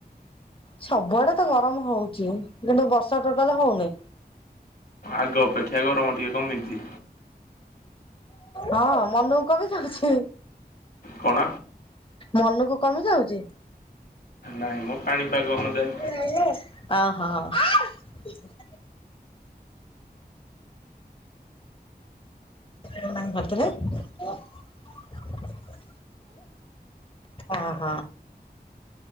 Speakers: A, on the left; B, on the left.
A: ସବୁଆଡେ ତ ଗରମ ହଉଛି କିନ୍ତୁ ବର୍ଷା ଟୋଟାଲ ହଉନି।
B: ଆଗ ଅପେକ୍ଷା ଗରମ ଟିକିଏ କମିଛି।
A: ହଁ ମନକୁ କମି ଯାଉଛି
B: କଣ
A: ମନକୁ କମି ଯାଉଛି।
B: ନାହିଁ ମ ପାଣିପାଗ ଅନୁଯାୟୀ।
A: ଅହ। <unintelligible> ଅହ।